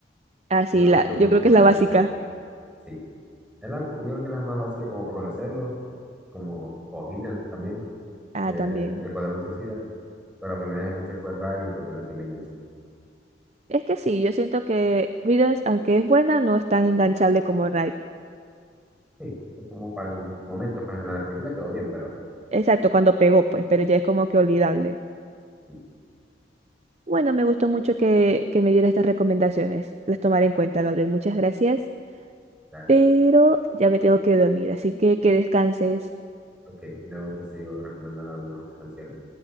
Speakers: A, on the right; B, in the centre.
A: Así,
B: que me
A: la,
B: gustó
A: yo
B: mucho
A: creo que
B: cuando
A: es la
B: la
A: básica.
B: escuché. Sí, Es la- yo creo que es la más básica como para conocerlos, como o Hittens también.
A: Ah,
B: de
A: también.
B: Escuadrón Suicida, pero la primera vez que escuché fue Ray y fue con la que me enganché.
A: Es que sí, yo siento que Rhythms, aunque es buena, no es tan enganchable como Riot.
B: Sí, es como para el momento, pues la película quedó bien, pero
A: Exacto, cuando pegó, pues, pero ya es como que olvidable.
B: sí,
A: Bueno, me gustó mucho que, que me diera estas recomendaciones. Las tomaré en cuenta, Gabriel. Muchas gracias.
B: dale.
A: Pero ya me tengo que dormir, así que que descanses.
B: Ok, luego te sigo recomendando algunas otras canciones.